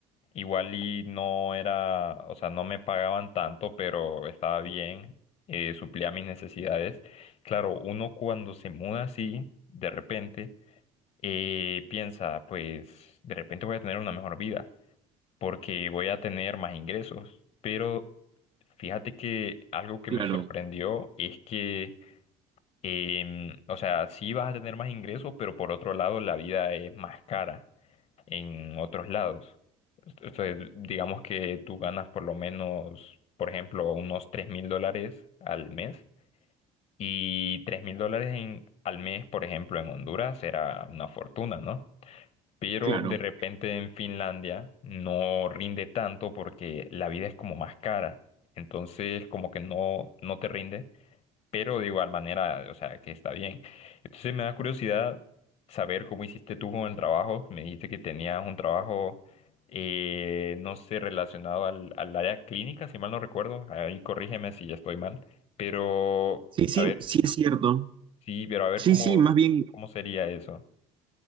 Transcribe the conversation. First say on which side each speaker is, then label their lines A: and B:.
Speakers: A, on the left; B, on the right.
A: igual y no era, o sea, no me pagaban tanto, pero estaba bien, eh, suplía mis necesidades. Claro, uno cuando se muda así, de repente y piensa, pues de repente voy a tener una mejor vida porque voy a tener más ingresos. Pero fíjate que algo que
B: claro,
A: me sorprendió es que, em, o sea, sí vas a tener más ingresos, pero por otro lado la vida es más cara en otros lados. Entonces, digamos que tú ganas por lo menos, por ejemplo, unos tres mil dólares al mes. Y tres mil dólares en- al mes, por ejemplo, en Honduras era una fortuna, ¿no? pero
B: claro.
A: de repente en Finlandia no rinde tanto porque la vida es como más cara, entonces como que no, no te rinde, pero de igual manera, o sea, que está bien. Entonces me da curiosidad saber cómo hiciste tú con el trabajo, me dijiste que tenías un trabajo, eh, no sé, relacionado al, al área clínica, si mal no recuerdo, ahí corrígeme si estoy mal, pero
B: Sí, sí,
A: a ver,
B: sí es cierto.
A: sí, pero a ver
B: Sí,
A: cómo,
B: sí, más bien,
A: cómo sería eso.